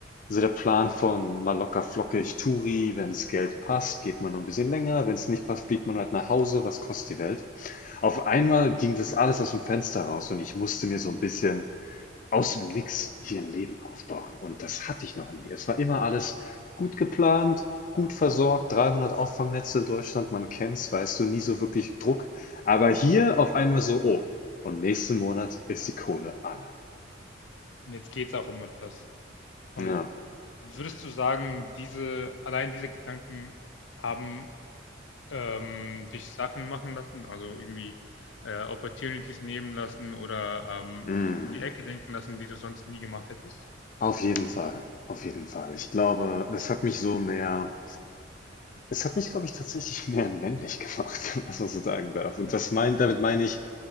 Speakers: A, on the left; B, on the left.
A: so der Plan von mal locker flockig Touri, wenn's Geld passt, geht man noch ein bisschen länger, wenn's nicht passt, fliegt man halt nach Hause, was kostet die Welt? Auf einmal ging das alles aus dem Fenster raus und ich musste mir so ein bisschen aus dem Nix hier ein Leben aufbauen. Und das hatte ich
B: Ja.
A: noch nie. Es war immer alles gut geplant, gut versorgt, 300 Auffangnetze in Deutschland, man kennt's, weißt du, nie so wirklich Druck. Aber hier auf einmal so, oh, und nächsten Monat ist die Kohle alle.
B: Und jetzt geht es auch um etwas. Und
A: Ja,
B: würdest du sagen, diese, allein diese Gedanken haben ähm, dich Sachen machen lassen, also irgendwie äh, Opportunities nehmen lassen oder ähm,
A: mm,
B: um die Ecke denken lassen, die du sonst nie gemacht hättest?
A: auf jeden Fall, auf jeden Fall. Ich glaube, das hat mich so mehr, es hat mich, glaube ich, tatsächlich mehr männlich gemacht, <laughs> was man so sagen darf. Und
B: Ja,
A: das mein, damit meine ich,